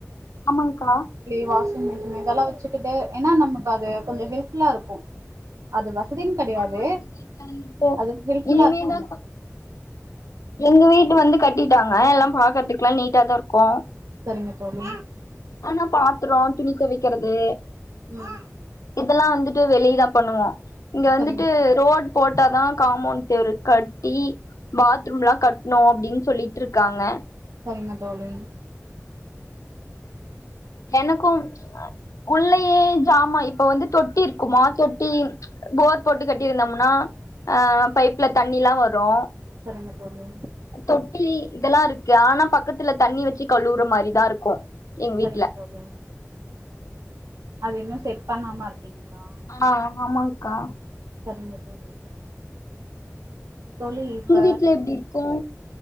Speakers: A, on the left; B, on the right.
A: ஆமாங்கா
B: ஏ வாஷிங் மிஷின் இதெலா வெச்சுகிட்டே ஏனா நமக்கு அது கொஞ்சோ ஹெல்ப்ஃபுல்லா இருக்கோ அது வசதின் கெடையாது
A: ஆமா எங்க வீட்ல
B: அது <unintelligible> ஃபுல்லா
A: இனிமேதா
B: இருக்குல்ல
A: எங்க வீடு வந்து கட்டிட்டாங்க எல்லா பாக்கற்துக்லா நீட்டா தா இருக்கோ
B: செரிங்க தோழி
A: ஆனா பாத்ரோ துணி துவைக்கிறது
B: ம்
A: இதெலா வந்துட்டு வெளிய தா பண்ணுவோ இங்க
B: சரிங்க
A: வந்துட்டு
B: தோழி
A: ரோட் போட்ட தா காமோண்ட் செவுரு கட்டி பாத்ரூம்லா க ட்னோ அப்டின் சொல்லிட்ருக்காங்க
B: செரிங்க தோழி
A: எனக்கும் உள்ளையே ஜாமா இப்ப வந்து தொட்டி இருக்குமா தொட்டி போர் போட்டு கட்டியிருந்தம்னா ஆ பைப்ல தண்ணிலா வரு
B: செரிங்க தோழி
A: தொட்டி இதெலா இருக்கு ஆனா பக்கத்துல தண்ணி வச்சு கழுற மாரிதா இருக்கு எங்
B: சரிங்க
A: வீட்ல
B: தோழி அது இன்னு செட் பண்ணாம இருக்கீங்ளா
A: ஆ ஆமாங்க்கா
B: செரிங்க தோழி தோழி இப்ப
A: உங்க வீட்ல எப்டி இருக்கோ